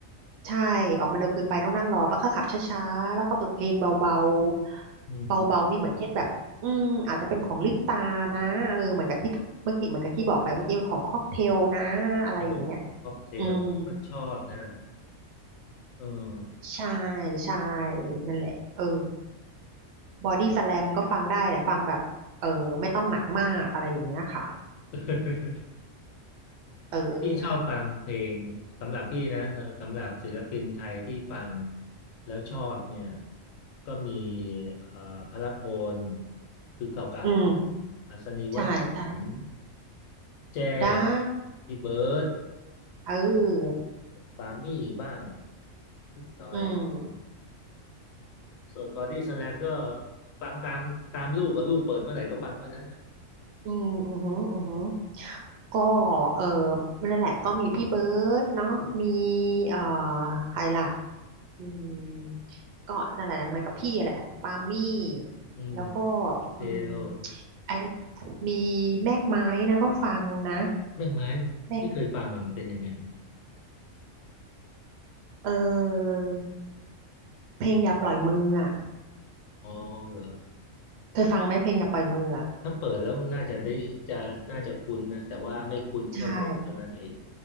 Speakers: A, on the right (about 65°); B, on the left (about 75°).
A: ใช่ออกมาเร็วเกินไปต้องนั่งรอป้าก็ขับช้าๆแล้วก็เปิดเพลงเบาๆ
B: อืม
A: เบาๆนี่เหมือนเช่นแบบอืมอาจจะเป็นของลิปตานะเออเหมือนกับที่เมื่อกี้เหมือนกับที่บอกไปเมื่อกี้ของค็อกเทลนะอะไรอย่างเงี้ย
B: เออค็อกเทลก็ชอบนะ
A: อืม
B: เออ
A: ใช่ใช่นั่นแหละเออบอดี้สแลมก็ฟังได้แต่ฟังแบบเออไม่ต้องหนักมากอะไรอย่างเงี้ยค่ะ
B: <laughs>
A: อืมเออ
B: พี่ชอบฟังเพลงสำหรับพี่นะสำสำหรับศิลปินไทยที่ฟังแล้วชอบเนี่ยก็มีเอ่อพหลพลคือเก่าๆอ่ะ
A: อืม
B: อัศนีวสันต์
A: ใช่ใช่
B: แจ้
A: ได้
B: พี่เบิร์ด
A: เออ
B: ปามี่บ้างนิดหน่อย
A: อืม
B: ส่วนบอดี้สแลมก็ฟังตามตามลูกกับลูกเปิดเมื่อไหร่ก็ฟังเมื่อนั้นน่ะ
A: อืมอือหืออือหือก็เออนั่นแหละก็มีพี่เบิร์ดเนาะมีเอ่อใครล่ะอืมก็นั่นแหละเหมือนกับพี่แหละปามี่
B: อืม
A: แล้วก็
B: โอเคเออ
A: อืมไอมีแมกไม้นะก็ฟังนะ
B: แม่กไม้
A: แมก
B: ไม่เคยฟังอ่ะมันเป็นยังไง
A: เออเพลงอย่าปล่อยมืออ่ะ
B: อ๋อเหรอ
A: เคยฟังไหมเพลงอย่าปล่อยมืออ่ะ
B: ถ้าเปิดแล้วน่าจะได้จะน่าจะคุ้นนะแต่ว่าไม่คุ้นแค่วงเท่านั้นเอง
A: ใช่